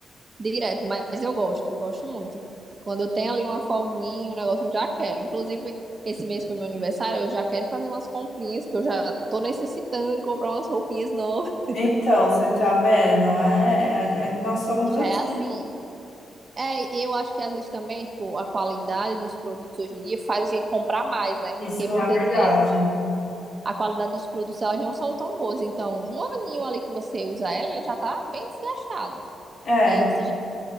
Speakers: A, on the right; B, on the left.
A: direto, mas eu gosto, eu gosto muito. Quando eu tenho ali uma folguinha, um negócio, eu já quero. Inclusive, esse mês foi meu aniversário, eu já quero fazer umas comprinhas, que eu já tô necessitando de comprar umas roupinhas novas. <laughs>
B: Então, você tá vendo? É, é- é- nós somos
A: Já
B: assim.
A: é assim. É, e eu acho que às vezes também, tipo, a qualidade dos produtos hoje em dia faz a gente comprar mais, né?
B: Isso
A: Porque muitas
B: é verdade.
A: vezes a qualidade dos produtos elas não são tão boas. Então, um aninho ali que você usa ela, ela já tá bem desgastado.
B: É,
A: E aí você já